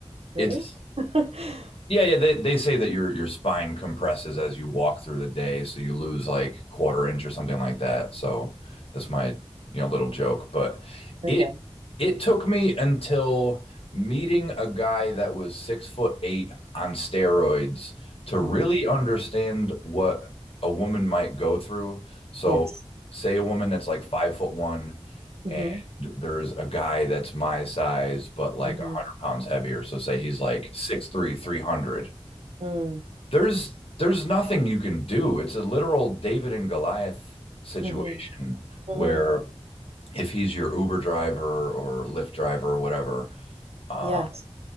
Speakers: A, on the right (about 75°); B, on the left (about 65°).
A: really?
B: it's
A: <laughs>
B: Yeah, yeah. They they say that your your spine compresses as you walk through the day, so you lose like quarter inch or something like that. So that's my you know little joke. But
A: okay,
B: it it took me until meeting a guy that was six foot eight on steroids to really
A: Anyway,
B: understand what a woman might go through. So
A: yes.
B: say a woman that's like five foot one
A: hmm
B: and there's a guy that's my size, but like
A: hmm
B: pounds heavier. So say he's like six three, three hundred.
A: Mm.
B: There's there's nothing you can do. It's a literal David and Goliath situation
A: Mm-hmm. Mm-hmm.
B: where if he's your Uber driver or Lyft driver or whatever, uh,
A: Yes.